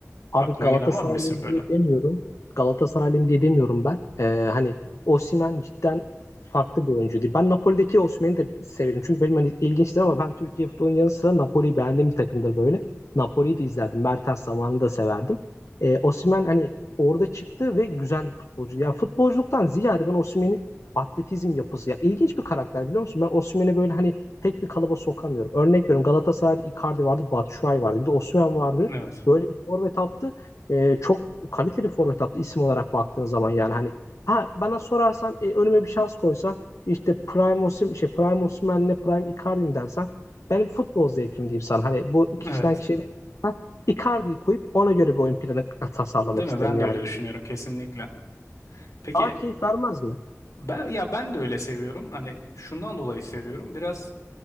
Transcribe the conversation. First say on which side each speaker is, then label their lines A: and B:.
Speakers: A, on the left; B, on the left.
A: Abi
B: Aklına
A: Galatasaraylıyım
B: gelen var mı isim böyle?
A: diye demiyorum. Galatasaraylıyım diye demiyorum ben. Ee, hani Osimhen cidden farklı bir oyuncu değil. Ben Napoli'deki Osimhen'i de severim. Çünkü benim hani ilginçtir ama ben Türkiye futbolunun yanı sıra Napoli'yi beğendiğim bir takımdır böyle. Napoli'yi de izlerdim. Mertens zamanını da severdim. Ee, Osimhen hani orada çıktı ve güzel bir futbolcu. Yani futbolculuktan ziyade ben Osimhen'in atletizm yapısı. Yani ilginç bir karakter biliyor musun? Ben Osimhen'i böyle hani tek bir kalıba sokamıyorum. Örnek veriyorum Galatasaray'da Icardi vardı, Batshuayi vardı. Bir de Osimhen vardı.
B: Evet.
A: Böyle bir forvet attı. E, çok kaliteli forvet attı isim olarak baktığın zaman yani hani ha bana sorarsan e, önüme bir şans koysa işte Prime Osim şey Prime Osimhen'le Prime Icardi mi dersen benim futbol zevkim diyeyim sana. Hani bu kişiden
B: Evet.
A: kişiye değil. Ben Icardi'yi koyup ona göre bir oyun planı tasarlamak
B: Değil
A: isterim
B: mi? Ben de
A: yani.
B: öyle düşünüyorum kesinlikle. Peki
A: Daha keyif vermez mi?
B: Ben ya ben de öyle seviyorum. Hani şundan dolayı seviyorum. Biraz